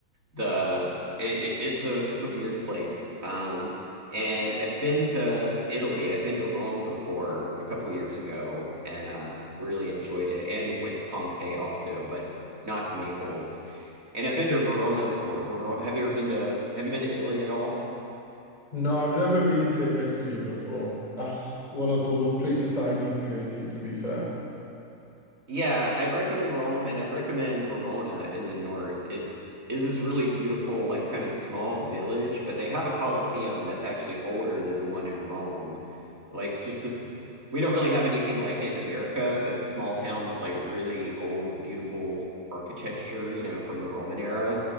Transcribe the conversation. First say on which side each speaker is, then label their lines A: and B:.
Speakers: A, on the right; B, on the left.
A: the it, it's a it's a weird place. Um, and I've been to Italy. I've been to Rome before a couple years ago and uh really enjoyed it and went to Pompeii also, but not to Naples. And I've been to Verona before. Verona, have you ever been to have you been to Italy at all?
B: No, I've never been to Italy before. That's one of the w- places that I need to go to, to be fair.
A: Yeah, I'd recommend Rome and I'd recommend Verona in the north. It's is this really beautiful, like kind of small village, but they have a Colosseum that's actually older than the one in Rome. Like it's just this we don't really have anything like it in America, a small town with like really old, beautiful architecture, you know, from the Roman era.